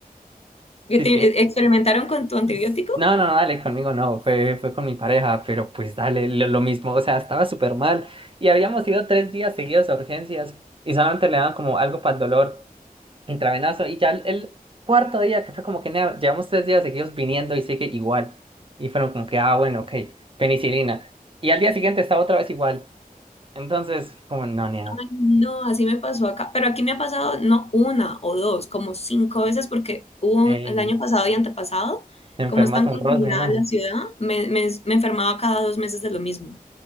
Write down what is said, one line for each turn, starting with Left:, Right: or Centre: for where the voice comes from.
Left: ¿Que
Right: Dice
Left: te-
Right: que,
Left: eh, experimentaron con tu antibiótico?
Right: s- no, no, no, dale, conmigo no. Fue, fue con mi pareja, pero pues dale, lo, lo mismo. O sea, estaba súper mal. Y habíamos ido tres días seguidos a urgencias y solamente le daban como algo para el dolor. intravenoso Y ya el, el cuarto día, que fue como que nea, llevamos tres días seguidos viniendo y sigue igual. Y fueron como que, ah, bueno, ok, penicilina. Y al día siguiente estaba otra vez igual. Entonces, como, no, nea,
Left: Ay, no, así me pasó acá, pero aquí me ha pasado no una o dos, como cinco veces, porque hubo un-
Right: ey,
Left: el año pasado y antepasado,
Right: te enfermas
Left: como es tan
Right: un
Left: contaminada
Right: roce, ¿no?
Left: la ciudad, me, me, me enfermaba cada dos meses de lo mismo